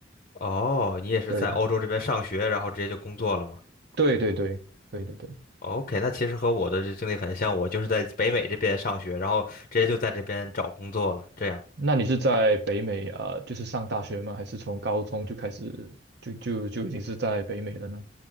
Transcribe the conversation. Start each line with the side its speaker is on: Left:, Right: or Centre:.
Left: 哦，你也是在欧洲这边上学，
Right: 对
Left: 然后直接就工作了吗？
Right: 对对对对对对。
Left: OK，那其实和我的这经历很像，我就是在北美这边上学，然后直接就在这边找工作了，这样。
Right: 那你是在北美啊，呃就是上大学吗？还是从高中就开始就就就已经是在北美了呢？